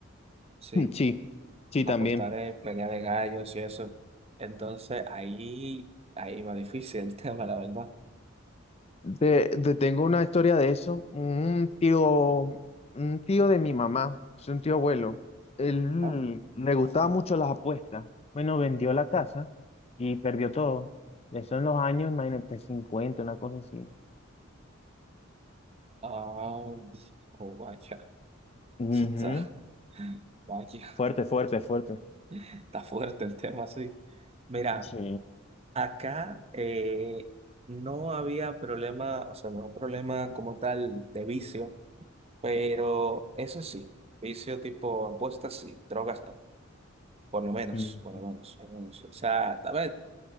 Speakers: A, on the right (about 30°); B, on the left (about 30°).
A: Sí.
B: <laughs> Sí, sí,
A: apostar
B: también.
A: en pelea de gallos y eso. Entonces ahí, ahí va difícil el <laughs> tema, la verdad.
B: Te, te tengo una historia de eso. Un tío, un tío de mi mamá, es un tío abuelo. Él
A: ¿no?
B: le gustaba mucho las apuestas. Bueno, vendió la casa y perdió todo. Eso en los años, imagínate, 50 una cosa así.
A: Ah, oh, vaya,
B: Ujú.
A: Eso está, vaya,
B: Fuerte, fuerte, fuerte.
A: <laughs> está fuerte el tema, sí. Mira,
B: Sí.
A: acá eh, no había problema, o sea, no había problema como tal de vicio, pero eso sí, vicio tipo apuestas sí, drogas no, por lo menos,
B: Ujú.
A: por lo menos, por lo menos. O sea, a ver,